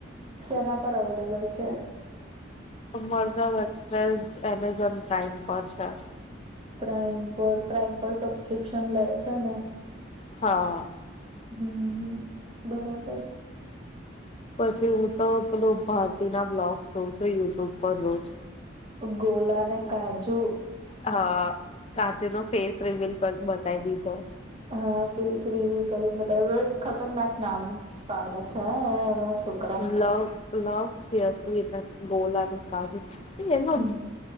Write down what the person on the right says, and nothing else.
સેના પર અવેલેબલ છે?
પ્રાઇમ પર પ્રાઇમ પર સબસ્ક્રિપ્શન લે છે ને?
હમમ બરાબર.
ગોલા ને કાજુ
હા ફેસ રિવ્યુ કરીને બતાયુ ખતરનાક નામ પાડ્યા છે અ એના છોકરા
હમ